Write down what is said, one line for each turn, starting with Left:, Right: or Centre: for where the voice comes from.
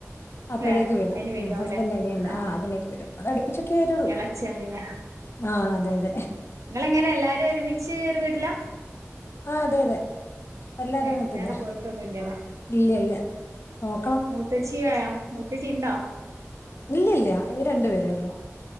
Left: അപ്പോഴേക്ക്
Right: ഏ
Left: വരും
Right: അയിന് വരാവൂലേ
Left: ഹസ്ബൻഡിൻ്റെ അനിയൻ്റെ
Right: ആ
Left: ആഹ് അതിനേക്ക് വരും അത് അടുപ്പിച്ചൊക്കെ വരുള്ളൂ.
Right: ഇളച്ചനല്ലേ
Left: ആഹ് അതെ അതെ
Right: ഇങ്ങള് എങ്ങനെയാ എല്ലാരും ഒരുമിച്ച് ഒരു വീട്ടിലാ
Left: ആഹ് അതെ അതെ എല്ലാരും
Right: ഏ
Left: അങ്ങെനെ
Right: വേറെ
Left: തന്നെയാ
Right: പോയിട്ടൊന്നും ഇല്ലല്ലേ
Left: ഇല്ല ഇല്ല നോക്കണം
Right: മൂത്തച്ചിയോ മൂത്തച്ചിണ്ടാ
Left: ഇല്ല ഇല്ല ഇവര് രണ്ടുപേരെള്ളൂ